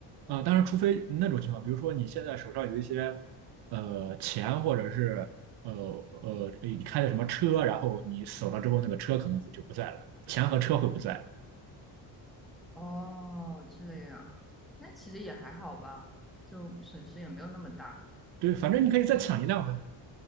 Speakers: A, on the right; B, in the centre.
A: 啊、呃当然，除非那种情况，比如说你现在手上有一些呃钱，或者是呃呃哎你开的什么车，然后你死了之后，那个车可能就不在了，钱和车会不在。
B: 哦，这样，那其实也还好吧，就损失也没有那么大。
A: 对，反正你可以再抢一辆呗，